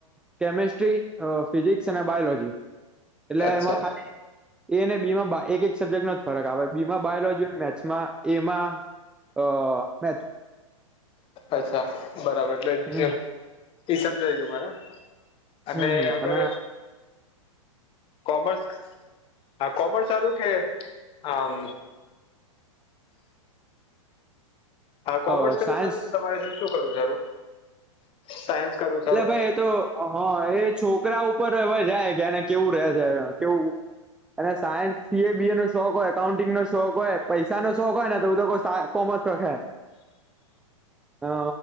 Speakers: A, in the centre; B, on the left (about 30°).
A: કેમિસ્ટ્રી અ ફિઝિક્સ અને બાયોલોજી એટલે
B: અચ્છા
A: એમાં ખાલી એ અને બી માં એક એક સબ્જેક્ટનો જ ફરક આવે બીમાં બાયોલોજી અને મેથ્સમાં એમાં અ મેથ્સ
B: અચ્છા બરાબર એટલે
A: હમ
B: ઈ સમજાય ગયું મને અને
A: હમ હમ
B: અગર
A: અને
B: કોમર્સ આ કોમર્સ સારુ કે અમ આ કોમર્સ
A: અ
B: કરવું
A: સાયન્સ
B: સારું કે તમારે શું કરવું સારું સાયન્સ કરવું સારું
A: એટલે ભાઈ એ તો હમ એ છોકરા ઉપર હવે જાય કે એને કેવું રહે છે કેવું. અને science, C. A., B. A. નો શોખ હોય એકાઉન્ટિંગનો શોખ હોય પૈસાનો શોખ હોય ને તો હું તો કોવ સાય કૉમર્સ રખાય.
B: <inaudible>
A: અ